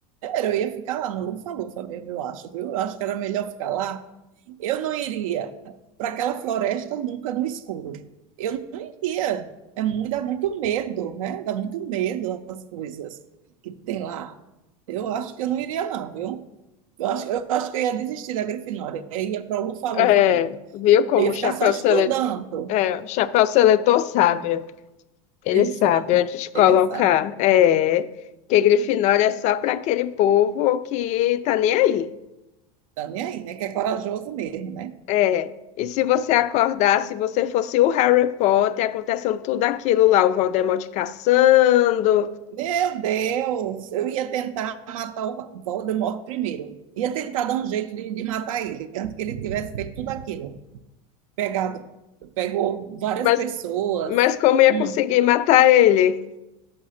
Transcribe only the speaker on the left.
É,
viu como
o chapéu
seletor, é, o chapéu seletor sabe? Ele
sabe
onde te colocar.
É, que Grifinória é só para aquele povo que tá nem aí.
É, e se você acordar, se você fosse o Harry Potter, acontecendo tudo aquilo lá, o Voldemort caçando,
mas,
mas como ia
conseguir matar ele?